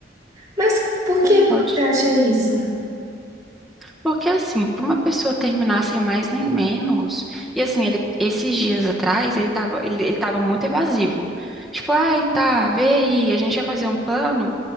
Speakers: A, on the right; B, in the centre.
A: Mas por
B: só
A: que que
B: pode.
A: você acha isso,
B: Porque assim, pra uma pessoa terminar sem mais nem menos, e assim, ele esses dias atrás, ele tava, ele, ele tava muito evasivo. Tipo, ai, tá, vê aí, a gente vai fazer um plano.